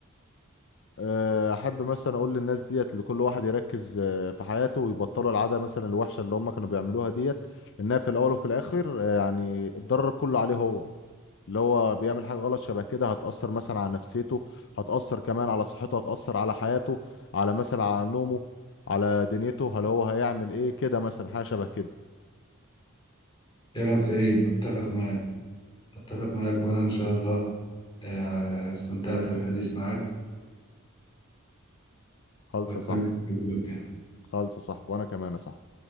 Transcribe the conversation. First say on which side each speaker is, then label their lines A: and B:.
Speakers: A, on the left (about 60°); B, on the left (about 25°).
A: آه، احب مثلا اقول للناس ديت لكل واحد يركز آه، في حياته ويبطلوا العاده مثلا الوحشه اللي هم كانوا بيعملوها ديت لانها في الاول وفي الاخر آه، يعني الضرر كله عليه هو اللي هو بيعمل حاجه غلط شبه كده هتاثر مثلا على نفسيته هتاثر كمان على صحته هتاثر على حياته على مثلا على نومه على دنيته هل هو هيعمل ايه كده مثلا حاجه شبه كده
B: كلام سليم أتفق معك أتفق معك وأنا إن شاء الله آه، استمتعت بالحديث معك
A: خالصه
B: وأتمنى
A: صح
B: أن أكلمك تاني
A: خالصه صح وانا كمان صح